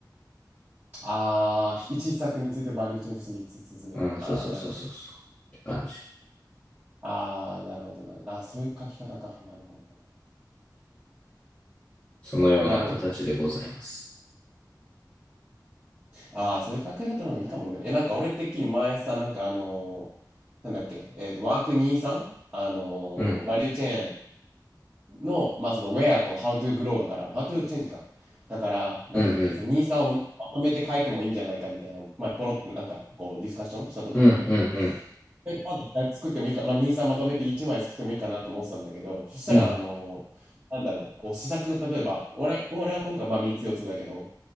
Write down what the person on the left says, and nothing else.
うん、
そうそうそうそうそう。
って感じ。
そのような形でございます。
うん、
うん、うん、
うん、うん、
うん、